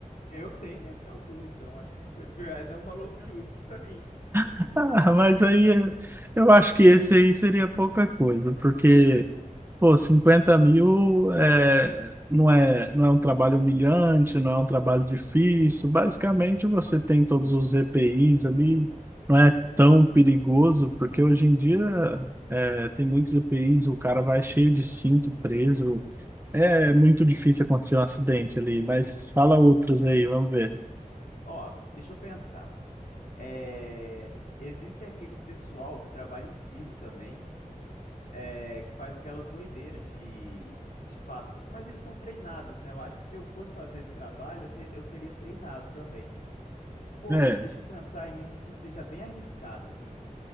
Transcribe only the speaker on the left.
Eu tenho medo de altura, então acho que 50 mil reais é um valor justo pra mim.
Hum.
Ó, deixa eu pensar. É, existe aquele pessoal que trabalha em circo também, é, que faz aquelas doideiras de, de passar. Mas eles são treinados, né? Eu acho que se eu fosse fazer esse trabalho, eu, te- eu seria treinado também. Pô,
deixa eu pensar em um que seja bem arriscado, assim.